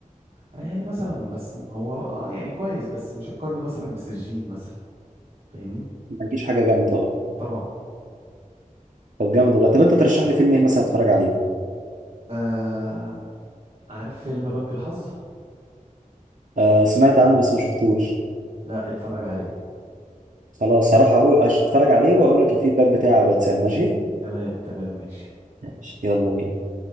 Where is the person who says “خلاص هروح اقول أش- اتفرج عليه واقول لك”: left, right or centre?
Right